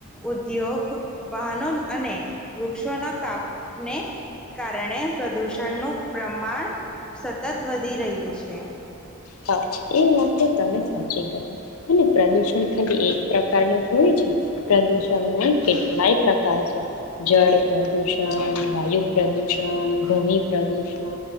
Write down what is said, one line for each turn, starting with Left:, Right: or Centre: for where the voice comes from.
Centre: ઉદ્યોગ વાહનો અને વૃક્ષોના કાપને કારણે પ્રદુષણનું પ્રમાણ સતત વધી રહ્યું છે.
Left: હા સાચી કરી અને પ્રદુષણ ખાલી એક પ્રકાર ન થોડી છે પ્રદુષણ કેટલાય પ્રકાર છે જળ પ્રદુષણ વાયુ પ્રદુષણ ધૂણી પ્રદુષણ